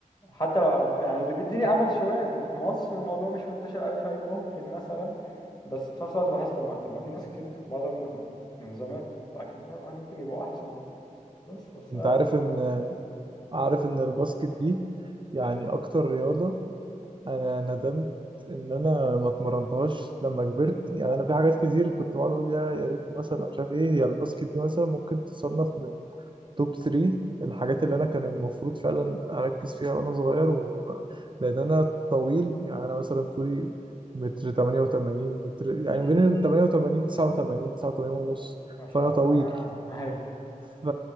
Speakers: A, on the left; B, on the right.
A: حتى لو أب- يعني اللي بيديني امل شويه ان في مصر الموضوع مش منتشر قوي فممكن مثلا بس في نفس الوقت بحس طب ما طب ما في ناس كتير بتتمرن من من زمان فاكيد ممكن يبقوا احسن يعني. بس بس
B: أنت
A: آه،
B: عارف إن عارف إن الباسكت دي يعني أكتر رياضة أنا ندمت إن أنا ما اتمرنتهاش لما كبرت يعني أنا في حاجات كتير كنت بقعد أقول يا يا ريت مثلا أو مش عارف إيه هي الباسكت دي مثلا ممكن تصنف من توب 3 الحاجات اللي انا كان المفروض فعلا اركز فيها وانا صغير و... لان انا طويل يعني انا مثلا طولي متر 88 متر يعني
A: مم.
B: بين ال 88 89 89 ونص
A: ما شاء
B: فانا طويل
A: الله <laughs> آه،
B: ف